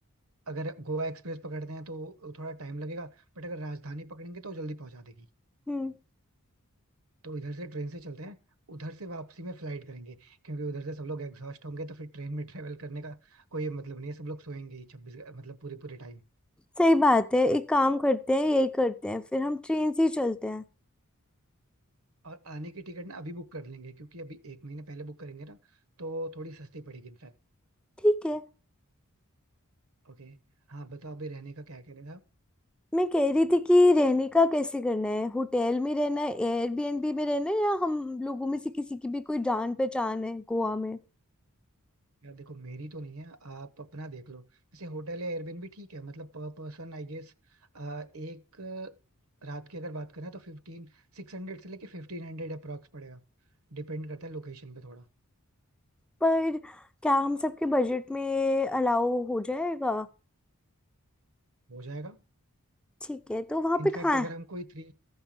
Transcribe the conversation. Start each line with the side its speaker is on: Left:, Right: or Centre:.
Right: अगर गोवा एक्सप्रेस पकड़ते हैं तो थोड़ा टाइम लगेगा बट अगर राजधानी पकड़ेंगे तो जल्दी पहुंचा देगी
Centre: हम्म
Right: तो इधर से ट्रेन से चलते हैं उधर से वापसी में फ्लाइट करेंगे क्योंकि उधर से सब लोग एग्जॉस्ट होंगे तो फिर ट्रेन में ट्रेवल करने का कोई मतलब नहीं है सब लोग सोएंगे ही छब्बीस मतलब पूरे पूरे टाइम
Centre: सही बात है एक काम करते हैं यही करते हैं फिर हम ट्रेन से ही चलते हैं
Right: और आने की टिकट ना अभी बुक कर लेंगे क्योंकि अभी एक महीने पहले बुक करेंगे ना तो थोड़ी सस्ती पड़ेगी इनफैक्ट
Centre: ठीक है
Right: ओके हाँ बताओ अभी रहने का क्या कहने था
Centre: मैं कह रही थी कि रहने का कैसे करना है होटल में रहना है एयरबीएनबी में रहना है या हम लोगों में से किसी की भी कोई जान पहचान है गोवा में
Right: यार देखो मेरी तो नहीं है आप अपना देख लो जैसे होटल या एयरबेन भी ठीक है मतलब पर पर्सन आई गेस एक रात की अगर बात करें तो फिफ्टीन सिक्स हंड्रेड से लेके फिफ्टीन हंड्रेड अप्रॉक्स पड़ेगा डिपेंड करता है लोकेशन पे थोड़ा
Centre: पर क्या हम सबके बजट में अलाउ हो जाएगा
Right: हो जाएगा
Centre: ठीक है तो वहाँ
Right: इनफैक्ट
Centre: पे कहाँ
Right: अगर
Centre: है
Right: हम कोई थ्री